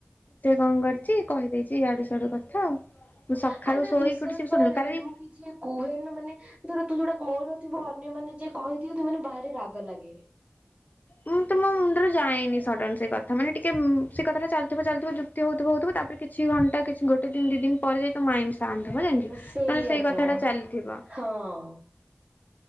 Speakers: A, on the left (about 40°); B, on the right (about 30°).
A: ସେ କଣ କରିଛି କହିଦେଇଛି ଇଆଡୁ ସିଆଡୁ କଥା ଆଉ, ମୁଁ ସଖାଳୁ
B: ମାନେ
A: ଶୋଇକି
B: ବିଶେଷ
A: ଉଠି କି
B: କରେ
A: ଶୁଣିଲି କାଲି
B: ଏମିତି ଯିଏ କୁହେନା ମାନେ ଧର ତୁ ଯୋଉଟା କହୁନଥିବୁ ଅନ୍ୟମାନେ ଯିଏ କହିଦିଅନ୍ତି ମାନେ ଭାରି ରାଗ ଲାଗେ।
A: ମୁଁ ତ ମୋ ମୁଣ୍ଡିରେ ଯାଏନି ସଡନ ସେ କଥା ମାନେ ଟିକେ ସେ କଥା ଟା ଚାଲିଥିବା ଚାଲିଥିବା ଯୁକ କ୍ତି ହଉଥିବ ହଉଥିବ ତାପରେ କିଛି ଘଣ୍ଟ କିଛି ଗୋଟେ ଦି ଦିନ ପରେ ଯାଇ ତ ମାଇଣ୍ଡି ତା ଜାଣିଛୁ
B: ସେଇଆ
A: ଧର ସେଇ
B: ତ
A: କଥା ଟା ଚାଲିଥିବ।
B: ହଁ।